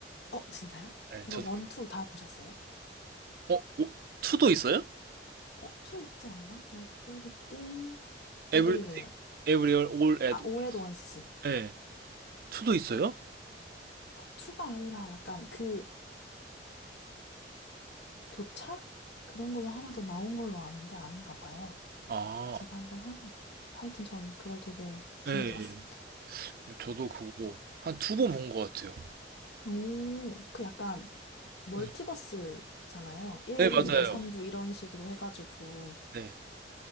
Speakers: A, on the left (about 75°); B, on the right (about 55°).
A: 어, 진짜요?
B: 네,
A: 이거
B: 저도.
A: 원, 투 다 보셨어요?
B: 어, 오, 투도 있어요?
A: 어, 투 있지 않나? Everything, Everywhere.
B: 에브리 에브리얼 올 앳.
A: 아, All at Once.
B: 예. 투도 있어요?
A: 투가 아니라 약간 그 교차? 그런 걸로 하나 더 나온 걸로 아는데 아닌가 봐요.
B: 아,
A: 제가 한번 확인해 봐요. 하여튼 저는 그걸 되게 재밌게
B: 예. 예.
A: 봤습니다.
B: 저도 그거 한 두 번 본 것 같아요.
A: 오, 그 약간 멀티버스잖아요.
B: 음.
A: 1부,
B: 네, 음, 맞아요.
A: 2부, 3부 이런 식으로 해가지고.
B: 네.